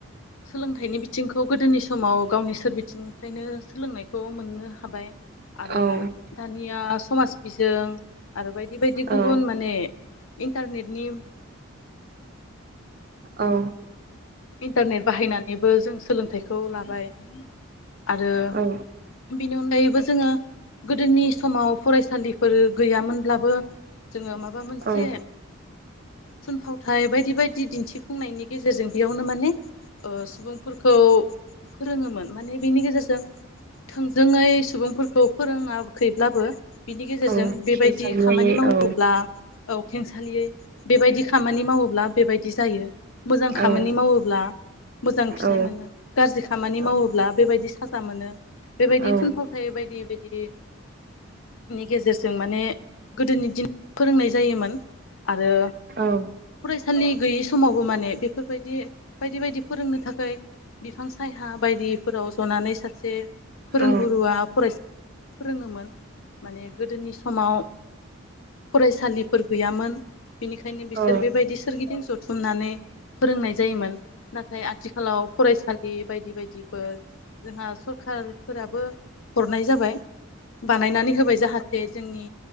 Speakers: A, on the left (about 75°); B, on the right (about 45°).
A: सोलोंथाइनि बिथिंखौ गोदोनि समाव गावनि सोर बिथिंनिफ्रायनो सोलोंनायखौ मोननो हाबाय। आरो
B: औ
A: दानिया समाज बिजों आरो बायदि बायदि गुबुन
B: औ
A: माने इन्टारनेटनि
B: औ।
A: इन्टारनेट बाहायनानैबो जों सोलोंथाइ खौ लाबाय आरो
B: औ
A: बेनि अनगायैबो जोङो गोदोनि समाव फरायसालिफोर गैयामोनब्लाबो जोङो माबा मोनसे
B: औ
A: थुनफावथाय बायदि बायदि दिन्थिफुंनायनि गेजेरजों बेयावनो माने ओ सुबुंफोरखौ फोरोङोमोन माने बिनि गेजेरजों थोंजोङै सुबुंफोरखौ फोरोङाखैब्लाबो बिनि गेजेरजों
B: औ
A: बेबायदि
B: खेंसालियायै
A: खामानि मावोब्ला
B: औ
A: औ खेंसालियै बेबायदि खामानि मावोब्ला बेबायदि जायो। खामानि
B: औ
A: मावोब्ला मोजां फिथाइ
B: औ
A: मोनो गाज्रि खामानि
B: औ
A: मावोब्ला बेबायदि साजा मोनो। बेबायदि
B: औ
A: थुनफावथाय बायदि बायदि बिनि गेजेरजों माने गोदोनि दिनाव फोरोंनाय जायोमोन आरो
B: औ
A: फरायसालि गैयि समावबो माने बेफोर बैदि बायदि बायदि बायदि फोरोंनो थाखाय बिफां सायाया बायदिफोराव जनानै सासे फोरोंगुरुआ
B: औ
A: फरायसा फोरोङोमोन। माने गोदोनि समाव फरायसालि फोर गैयामोन। बिनिखायनो बिसोर
B: औ
A: बेबायदि सोरगिदिं जथुमनानै फोरोंनाय जायोमोन नाथाय आथिखालाव फरायसालि बायदि बायदिफोर जोंहा सरखारफोराबो हरनाय जाबाय बानायनानै होबाय जाहोन जाहाथे जोंनि